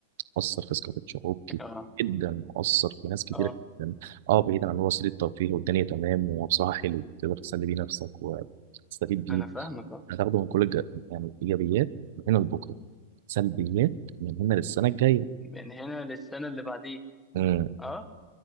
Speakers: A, on the right; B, in the centre.
A: مؤثر في ثقافة شعوب كتير
B: اه
A: جدا مؤثر في ناس كتير
B: اه
A: جدا اه بعيدا عن هو وسيلة ترفيه والدنيا تمام وهو بصراحة حلو تقدر تسلي بيه نفسك وتستفيد بيه
B: انا فاهمك اه
A: هتاخده من كل الج... يعني إيجابيات من هنا لبكرة سلبيات من هنا للسنة الجاية
B: من هنا للسنه اللي بعديه
A: مم.
B: اه